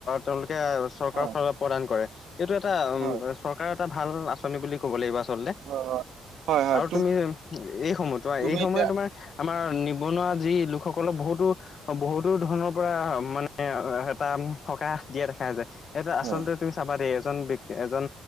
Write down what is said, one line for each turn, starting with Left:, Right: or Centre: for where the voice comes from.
Left: তেওঁলোকে চৰকাৰৰ
Right: হয়
Left: ফালৰ। প্ৰদান কৰে এইটো এটা উম
Right: হয়
Left: চৰকাৰৰ এটা ভাল আঁচনি বুলি ক'ব লাগিব আচলতে।
Right: অ, অ হয়, হয়।
Left: তুমি <inaudible> এই সময় তোমাৰ
Right: তুমি
Left: এই সময়ে
Right: এতিয়া
Left: তোমাৰ আমাৰ নিবনুৱা যি লোকসকলৰ বহুতো। বহুতো ধৰণৰ পৰা মানে এটা থকা দিয়া দেখা যায় এটা আচলতে।
Right: হয়
Left: তুমি চাবা দেই এজন ব্যক্তি এজন